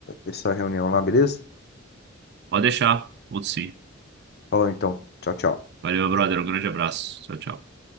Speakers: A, on the left; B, on the right.
A: essa reunião lá, beleza?
B: Pode deixar, outro sim.
A: Falou então, tchau, tchau.
B: Valeu, meu brother. Um grande abraço. Tchau, tchau.